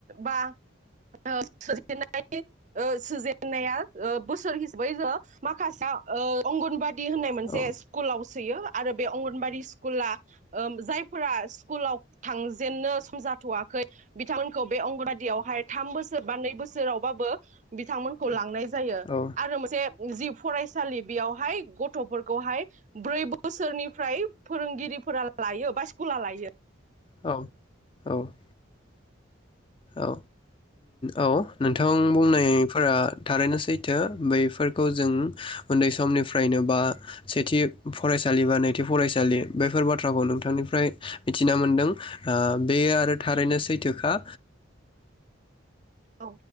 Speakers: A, on the right (about 35°); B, on the left (about 25°).
A: बा ओ <unintelligible> ओ सोजेननाया ओ बोसोर हिसाबै जो माखासे अंगनबादि दि होननाय मोनसे
B: औ
A: स्कुलाव सोयो। आरो बे अंगनबादि स्कुला ओ जायफोरा स्कुलाव थांजेननो समजाथ'वाखै बिथांमोनखौ बे अंगनबादि यावहाय थाम बोसोर बा नै बोसो रावबाबो बिथांमोनखौ लांनाय जायो
B: औ
A: आरो मोनसे जि फरायसालि बेयावहाय गथ'फोरखौहाय ब्रै बोसोरनिफ्राय फोरोंगिरिफोरा लायो बा स्कुला लायो।
B: औ औ। औ औ नोंथां बुंनाय नाय फोरा थारैनो सैथो बैफोरखौ जों उन्दै समनिफ्रायनो बा सेथि फरायसालि बा नैथि फरायसालि बैफोर बाथ्राखौ नोंथांनिफ्राय मिथिना मोनदों बे आरो थारैनो सैथोखा।
A: औ।